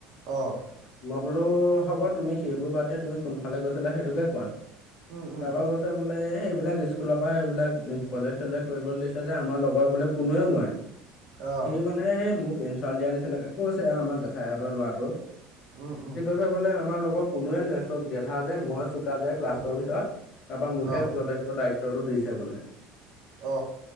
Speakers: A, on the right; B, on the left.
A: অ! <unintelligible>
B: মই বোলো হ'ব তুমি সেইবোৰ বাদ দিয়া তুমি কোনফালে গৈছিলা সেইটোকে কোৱা? <inaudible>
A: উম উম
B: তাৰপৰা কৈ <unintelligible> <unintelligible> ছে বোলে এইবিলাক স্কুলৰ পৰা এইবিলাক প্ৰজেক্ট-চজেক্ট কৰিবলৈ দিছে যে আমাৰ লগৰ বোলে কোনোৱেও নোৱাৰে। <inaudible>
A: অ
B: সি মানে সেই মোক ইনচাল দিয়া নিচিনাকে কৈছে আমাৰ জেঠাইহঁতৰ লৰাটো। <inaudible>
A: উম-উম। <unintelligible>
B: <inaudible> আমাৰ লগত কোনোৱে নোৱাৰে চব গেধা যে মই চোকা যে <unintelligible> ক্লাছৰ
A: উম
B: ভিতৰত। তাৰ পৰা মোকে
A: অ
B: প্ৰজেক্টৰ দায়িত্বটো দিছে বোলে। <inaudible>
A: অ!